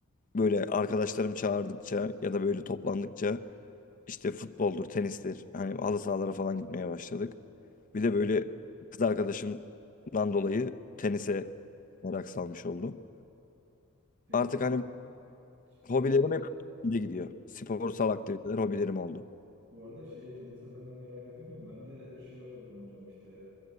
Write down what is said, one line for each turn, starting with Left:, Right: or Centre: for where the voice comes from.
Left: Böyle arkadaşlarım çağırdıkça ya da böyle toplandıkça İşte futboldur, tenistir. Hani halı sahalara falan gitmeye başladık. Bir
Right: Hı
Left: de
Right: hı.
Left: böyle kız arkadaşımdan dolayı tenise merak salmış oldum.
Right: Tenisi
Left: Artık hani
Right: bu
Left: hobilerim
Right: bu arada
Left: hep de gidiyor. Sporsal aktiviteler hobilerim oldu.
Right: bu arada şey tenise ben de merak ediyordum. Ben de şey yapıyorum hocam işte